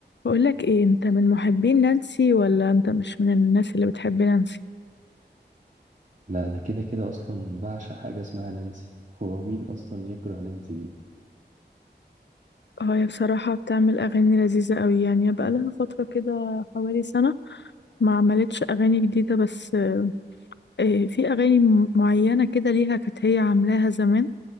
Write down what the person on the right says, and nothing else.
لا انا كده كده اصلا بعشق حاجه اسمها نانسي هو مين اصلا يكره نانسي دي